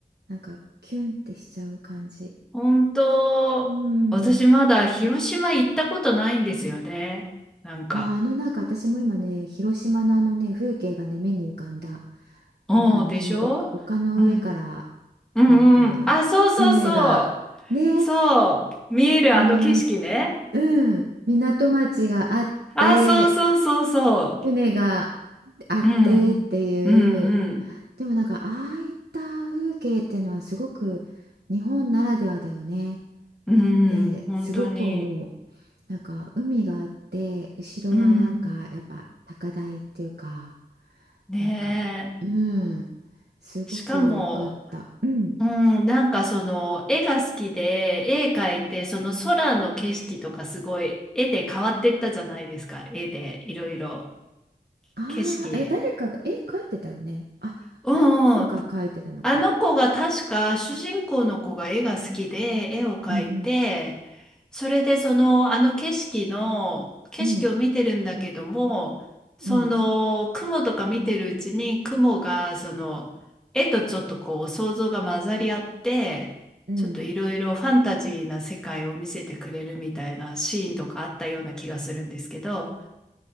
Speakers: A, on the right; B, in the centre.
A: なんか、キュンってしちゃう感じ。
B: 本当、
A: うん。
B: 私まだ広島行ったことないんですよね。なんか。
A: あ、あのなんか私も今ね、広島のあのね、風景がね、目に浮かんだ。
B: おーでしょうん。
A: なんかあの、その丘丘の上から、
B: うんうん。
A: なんか、
B: あ、そうそうそう。
A: 船が、ね、
B: そう。見えるあの景色ね。
A: あの、みうん、港町があって、
B: あ、そうそうそうそ
A: 船があってっていう、
B: う。うん。うん
A: でもなんか、ああいった風景っていうのはすごく日本ならではだよね
B: うん。うん。
A: ってすごく思う。
B: 本当に。
A: なんか、海があって、後ろはなんか、
B: うん。
A: やっぱ高台っていうか、
B: ねえ。
A: なんか、うん、すごく良かった。
B: しかも、
A: うん。
B: うん、なんかその絵が好きで絵描いてその空の景色とかすごい絵で変わってったじゃないですか絵でいろいろ
A: ああ、
B: 景色
A: え、誰かが絵描いてたよね。あ、
B: うんうん
A: あの子が描いてたのか。
B: あの子が確か主人公の子が絵が好きで絵を描いて
A: うんうん
B: それでそのあの景色の景色を見てるんだけどもその雲とか見てるうちに雲がその絵とちょっとこう想像が混ざり合ってちょっといろいろファンタジーな世界を見せてくれるみたいなシーンとかあったような気がするんですけど
A: うんうんうん。